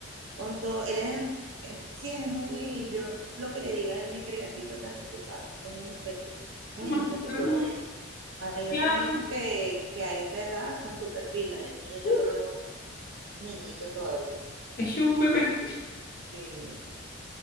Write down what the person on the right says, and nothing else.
con todo, él es, es- sí, es muy, yo lo que le diga, él me cree así totalmente, ¿sabes? Es inocente, muy
inocente todavía. Hay
otros niños que, que a esa edad son súper pilas, el mío yo
lo veo niñito todavía,
sí,